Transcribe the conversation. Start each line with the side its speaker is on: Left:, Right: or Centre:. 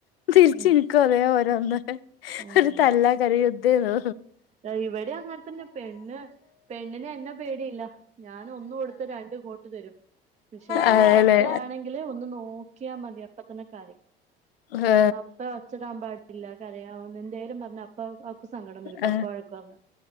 Left: തിരിച്ചി
Right: ഉം
Left: ഇൻക്കും അതേ ഓരന്ന്
Right: ആഹ്
Left: ഒരു തല്ലാക്കാരം യുദ്ദേന്നു.
Right: ഇവിടെ അങ്ങൻത്തന്നെ പെണ്ണ് പെണ്ണിൻ എന്നെ പേടിയില്ല ഞാൻ ഒന്ന് കൊടുത്ത രണ്ട് ഇങ്ങോട്ട് തരും. പക്ഷെ അവള
Left: അതെല്ലേ
Right: പപ്പയാണെങ്കില് ഒന്ന് നോക്കിയാൽ മതി അപ്പ തന്നെ കരയും.
Left: ഹേ
Right: അപ്പ ഒച്ചടാൻ പാടില്ല കരയാ എന്തേലും പറഞ്ഞ അപ്പ അവക്ക് സങ്കടം വരും പ്പ
Left: ആഹ്
Right: വഴക്ക് പറഞ്ഞാ